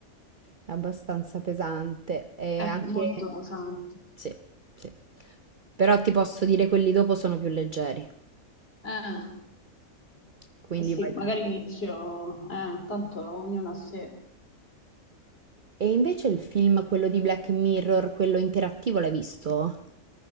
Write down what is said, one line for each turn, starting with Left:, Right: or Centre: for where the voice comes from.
Right: È abbastanza pesante e
Left: è
Right: anche...
Left: molto pesante.
Right: Sì, sì. Però ti posso dire quelli dopo sono più leggeri,
Left: Eh,
Right: quindi
Left: eh sì,
Right: vai tranquillo.
Left: magari inizio, eh, tanto ognuno a sé.
Right: E invece il film, quello di Black Mirror, quello interattivo, l'hai visto?